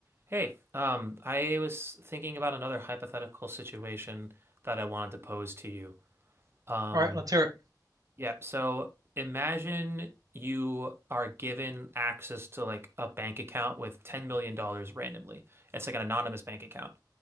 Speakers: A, on the right; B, on the right.
A: Hey, um, I was thinking about another hypothetical situation that I wanted to pose to you. Um,
B: All right, let's hear it.
A: yeah, so imagine you are given access to like a bank account with $10 million dollars randomly. It's like an anonymous bank account.